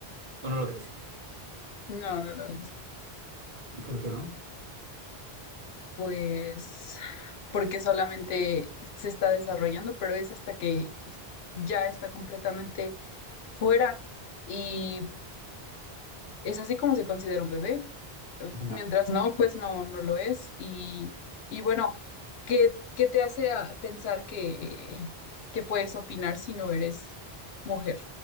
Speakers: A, on the right; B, on the left.
A: ¿O no lo crees?
B: No, no lo es.
A: ¿Y por qué no?
B: Pues porque solamente se está desarrollando, pero es hasta que ya está completamente fuera y es así como se considera un bebé. eh,
A: Venga.
B: Mientras no, pues no, no lo es. Y, y bueno, ¿qué, qué te hace a- pensar que, que puedes opinar si no eres mujer?